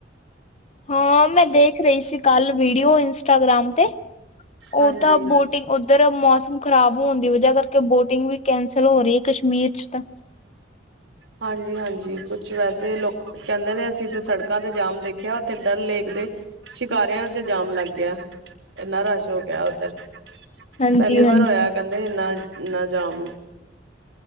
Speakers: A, on the left; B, on the right.
A: ਹਾਂ ਮੈਂ ਦੇਖ ਰਹੀ ਸੀ ਕੱਲ ਵੀਡੀਓ ਇੰਸਟਾਗ੍ਰਾਮ ਤੇ
B: ਹਾਂਜੀ
A: ਉਹ ਤਾਂ ਬੋਟਿੰਗ ਉੱਧਰ ਮੌਸ ਮੌਸਮ ਖ਼ਰਾਬ ਹੋਣ ਦੀ ਵਜ੍ਹਾ ਕਰਕੇ ਬੋਟਿੰਗ ਵੀ ਕੈਂਸਲ ਹੋ ਰਹੀ ਕਸ਼ਮੀਰ ਚ ਤਾਂ
B: ਹਾਂਜੀ-ਹਾਂਜੀ ਕੁਛ ਵੈਸੇ ਲੋਕ ਕਹਿੰਦੇ ਨੇ ਅਸੀਂ ਤੇ ਸੜਕਾਂ ਤੇ ਜਾਮ ਦੇਖਿਆ ਉੱਥੇ ਡਲ ਲੇਕ ਦੇ ਸ਼ਿਕਾਰਿਆਂ ਚ ਜਾਮ ਲੱਗ ਗਿਆ। ਇੰਨਾ ਰਸ਼ ਹੋ ਗਿਆ ਉੱਧਰ
A: ਹਾਂਜੀ-ਹਾਂਜੀ।
B: ਪਹਿਲੀ ਵਾਰ ਹੋਇਆ ਕਹਿੰਦੇ ਇੰਨਾ ਨਾ ਜਾਮ